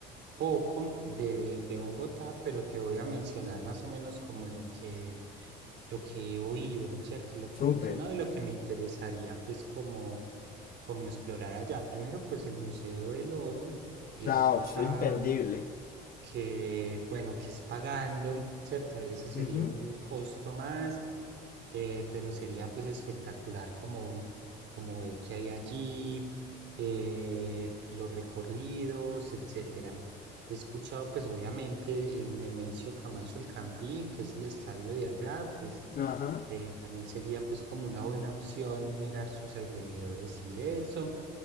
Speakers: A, on the right; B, on the left.
A: poco de, de Bogotá, pero te voy a mencionar más o menos como lo que, lo que he oído, ¿cierto? Lo
B: Súper.
A: que he mencionado y lo que me interesaría pues como, como explorar allá. Primero pues el Museo del Oro, he
B: Claro,
A: escuchado
B: es imperdible.
A: que, bueno, que es pagando, ¿cierto? Eso sería
B: Ujú,
A: un costo más, eh, pero sería pues espectacular como, un- como ver qué hay allí, eh, los recorridos, etcétera. He escuchado pues obviamente el Nemesio Camacho El Campín, que es el estadio de allá, pues
B: Ajá,
A: eh, también sería pues como una buena opción mirar sus alrededores y eso